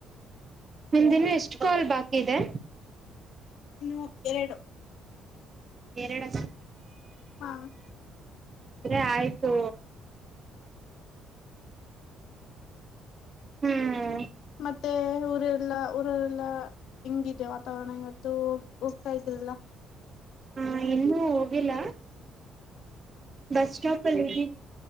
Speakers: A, on the right; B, on the left.
A: ನಿಮ್ದಿನ ಎಷ್ಟು ಕಾಲ್ ಬಾಕಿ ಇದೆ
B: ಇನ್ನು ಎರಡು
A: ಬೇರೆಡ
B: ಹಾ
A: ಅ ಆಯ್ತು ಹ್ಮ್
B: ಮತ್ತೆ ಊರೆಲ್ಲ ಊರರೆಲ್ಲಾ ಹಂಗ ವಾತಾವರಣ ಇವತ್ತು ಹೋಗ್ತಾ ಇದ್ದೀರಲ್ಲ
A: ಹಾ ಇನ್ನುೂ ಹೋಗಿಲ್ಲ ಬಸ್ ಸ್ಟಾಪ್ ಅಲ್ಲಿ